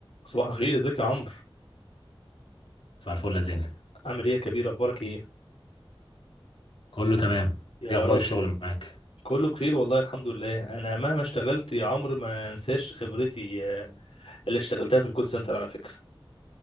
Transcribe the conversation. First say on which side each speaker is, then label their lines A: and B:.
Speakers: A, on the left (about 85°); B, on the left (about 65°).
A: صباح الخير ازيك يا عمرو
B: صباح الفل يا زين
A: عامل ايه يا كبير اخبارك ايه
B: كله تمام
A: يا
B: ايه اخبار
A: رب
B: الشغل معاك
A: كله بخير والله الحمد لله انا مهما اشتغلت يا عمرو ما انساش خبرتي آه، اللي اشتغلتها في الكول سنتر على فكرة